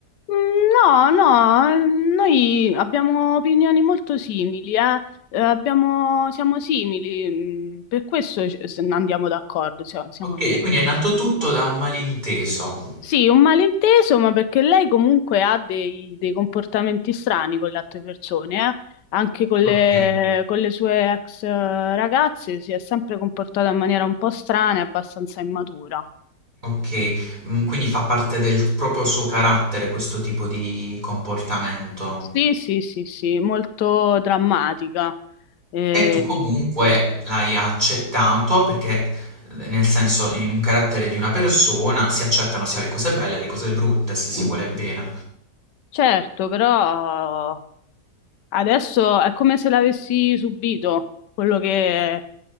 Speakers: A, on the left; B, on the right.
A: No, no, noi abbiamo opinioni molto simili, eh. Eh, abbiamo- siamo simili, mm, per questo ci- se- andiamo d'accordo, siamo, siamo
B: Okay,
A: amici.
B: quindi è nato
A: insomma.
B: tutto da un malinteso.
A: Sì, un malinteso, ma perché lei comunque ha dei, dei comportamenti strani con le altre persone, eh. Anche con le,
B: Okay,
A: con le sue ex eh, ragazze si è sempre comportata in maniera un po' strana e abbastanza immatura.
B: okay. Mhmm, quindi fa parte del proprio suo carattere questo tipo di comportamento.
A: Sì, sì, sì, sì, molto drammatica. Eh,
B: E tu comunque l'hai accettato perché, ehm, nel senso in un carattere di una persona si accettano sia le cose belle, che le cose brutte, se si vuole bene.
A: certo, però adesso è come se l'avessi subito quello che,